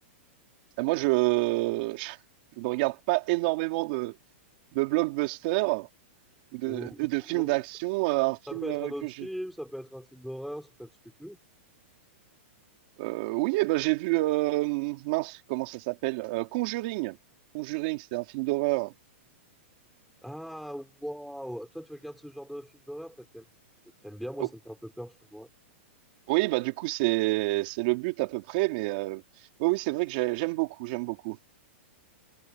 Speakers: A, on the right; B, in the centre.
A: Ah, moi, je, <laughs> je, je ne regarde pas énormément de, de blockbusters ou de,
B: Ou, ou-
A: de films d'action.
B: ou-
A: Euh,
B: ça
A: un film
B: peut être
A: euh,
B: un autre
A: que j'ai.
B: film, ça peut être un film d'horreur, ça peut être ce que tu veux.
A: Euh, oui, eh ben, j'ai vu, euh, mince, comment ça s'appelle? Euh, Conjuring. Conjuring, c'était un film d'horreur.
B: Ah, waouh! Toi, tu regardes ce genre de film d'horreur, peut-être t'aimes t'aimes bien, moi,
A: Oh,
B: ça me fait un peu peur, je te vois.
A: oui, bah, du coup, c'est, c'est le but à peu près, mais euh, oui, oui, c'est vrai que j'ai- j'aime beaucoup, j'aime beaucoup.